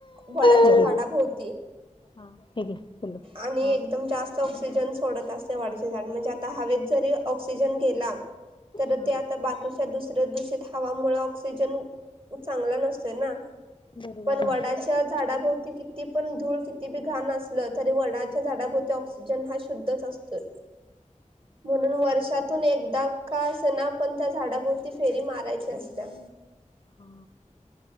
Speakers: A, on the right; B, on the left.
A: वड्याच्या
B: हे
A: झाडाभोवती
B: घे हा हे घे पिल्लू
A: आणि
B: हा
A: एकदम जास्त ऑक्सिजन सोडत असतय, वाढचे झाड म्हणजे आता हवेत जरी ऑक्सिजन गेला तर
B: हा
A: ते आता बाकीच्या दुसऱ्या दूषित हवामुळे ऑक्सिजन चांगला नसत ना,
B: बरोबर
A: पण वडाच्या
B: आहे
A: झाडाभोवती किती पण धूळ किती बी घाण असल तरी वणाच्या झाडाभोवती ऑक्सिजन हा शुद्धच असतोय. म्हणून वर्षातून एकदा का, असं ना पण त्या झाडा भोरती फेरी मारायची असत्या.
B: हा.